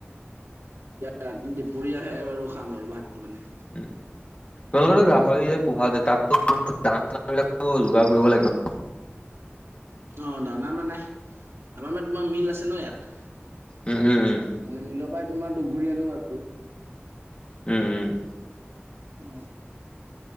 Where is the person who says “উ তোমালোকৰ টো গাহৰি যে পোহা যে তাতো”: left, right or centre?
Left